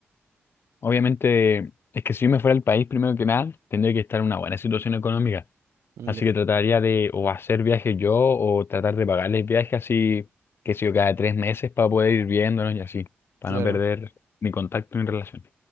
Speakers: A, on the left; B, on the right.
A: obviamente, es que si yo me fuera al país, primero que nada, tendría que estar en una buena situación económica.
B: Mm,
A: Así
B: Ya,
A: que trataría de o hacer viajes yo o tratar de pagarles viajes así, que sé yo, cada tres meses para poder ir viéndonos y así, para
B: claro.
A: no perder mi contacto ni relación.